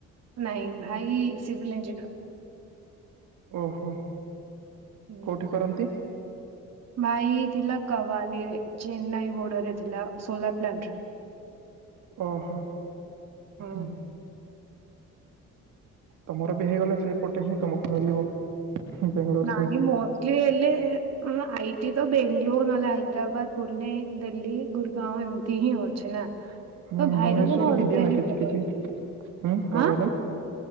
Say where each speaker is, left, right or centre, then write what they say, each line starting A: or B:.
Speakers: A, on the right; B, on the right.
A: ନାଇଁ ଭାଇ ସିଭିିଲ୍ ଇଞ୍ଜିନିୟର।
B: ଓହୋ।
A: ହୁଁ।
B: କୋଉଠି କରନ୍ତି?
A: ଭାଇ ଥିଲା କୱାଲିରେ ଚେନ୍ନାଇ ବୋର୍ଡ ରେ ଥିଲା ସୋଲାର ପ୍ଲାଣ୍ଟ ରେ <inaudible>
B: ଓହୋ
A: ହଁ।
B: ହୁଁ। ତମର ବି ହେଇଗଲେ ସେଇପଟେ ହିଁ ତମକୁ ମିଳିବ। ବେଙ୍ଗଲୋର
A: ନାଇଁ
B: ସାଇଡ
A: ମୋଷ୍ଟଲି ହେଲେ ହଁ ଆଇଟି ତ ବେଙ୍ଗଲୋର ନହେଲେ ହାଇଦ୍ରାବାଦ ପୁନେ ଦିଲ୍ଲୀ ଗୁଡଗାଓଁ ଏମିତି ହିଁ ହଉଛି ନା?
B: ହୁଁ
A: ତ ଭାଇର
B: ଭୁବନେଶ୍ୱର
A: ମତେ
B: ବି ଦିଏ ନା
A: <inaudible>
B: କିଛି କିଛି ହୁଁ କଣ କହିଲ?